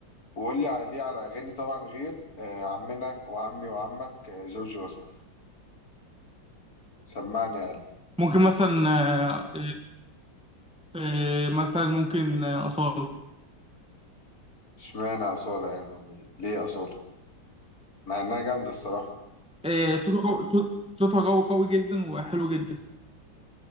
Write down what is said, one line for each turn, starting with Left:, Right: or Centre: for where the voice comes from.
Left: وقول لي عليه على أغاني طبعا غير آه، عمنا وعمي وعمك آه، جورج وسوف سمعني يا قلبي
Centre: ممكن مثلا آه، آه، آه، مثلا ممكن آه، أصالة
Left: اشمعنى أصالة يعني يعني ليه أصالة مع إنها جامدة الصراحة
Centre: آه، صوتها قوي صوت- صوتها قوي قوي جدا وحلو جدا